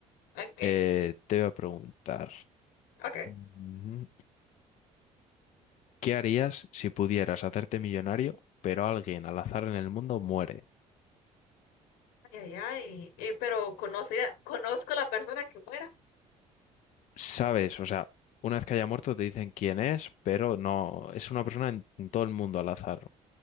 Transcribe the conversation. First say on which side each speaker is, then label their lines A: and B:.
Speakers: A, on the left; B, on the left.
A: Okay,
B: Eh, te voy a preguntar,
A: okay.
B: mm, ¿qué harías si pudieras hacerte millonario, pero alguien al azar en el mundo muere?
A: Ay, ay, ay, eh, pero conocer, conozco la persona que fuera.
B: Sabes, o sea, una vez que haya muerto te dicen quién es, pero no, es una persona en, en todo el mundo al azar.